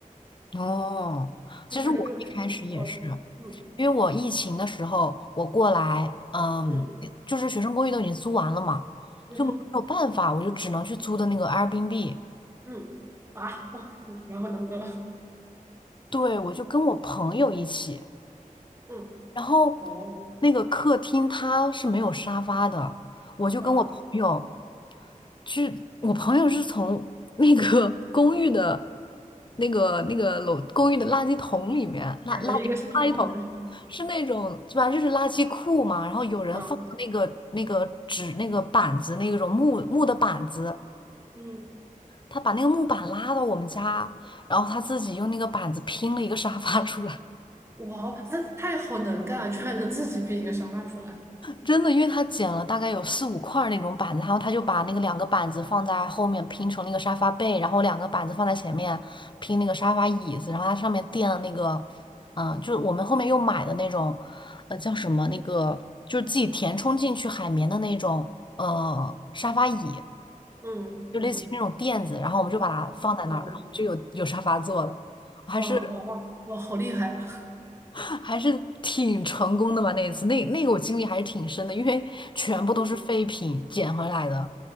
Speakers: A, on the left; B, on the right.
A: <laughs> 哦，
B: <laughs>
A: 其实我一开始也是，
B: 就反正就就感觉是嗯
A: 因为我疫情的时候我过来，嗯，
B: 嗯
A: 就是学生公寓都已经租完了嘛，
B: 嗯哼
A: 就没有办法，我就只能去租的那个 Airbnb，
B: 嗯啊哦，嗯然后呢嗯
A: 对，我就跟我朋友一起。
B: 嗯
A: 然后
B: 哦
A: 那个客厅它是没有沙发的，我就跟我朋友
B: 啊，
A: 去，我朋友是从那个 <laughs> 公寓的那个那个楼公寓的垃圾桶里面，垃垃圾垃圾桶是那种，
B: 改了一个沙发回来
A: 反正就是垃圾库嘛，然后有人放了那个那个纸那个板子那种木木的板子。
B: 啊嗯
A: 他把那个木板拉到我们家，然后他自己用那个板子拼了一个沙发出来。
B: 哇哦，他他也好能干啊，居然能自己编一个沙发出来，
A: 真的，因为他剪了大概有四五块儿那种板子，然后他就把那个两个板子放在后面拼成那个沙发背，然后两个板子放在前面拼那个沙发椅子，然后它上面垫了那个，嗯、就是我们后面又买的那种，呃，叫什么那个，就是自己填充进去海绵的那种，呃，沙发椅，
B: 嗯嗯
A: 就类似于那种垫子，然后我们就把它放在那儿，
B: 嗯，哇
A: 然后就有有沙发坐了。我还是
B: 哇哇哇哇，好厉害啊！
A: 还是挺成功的吧？那一次，那那个我经历还是挺深的，因为全部都是废品捡回来的。
B: 嗯，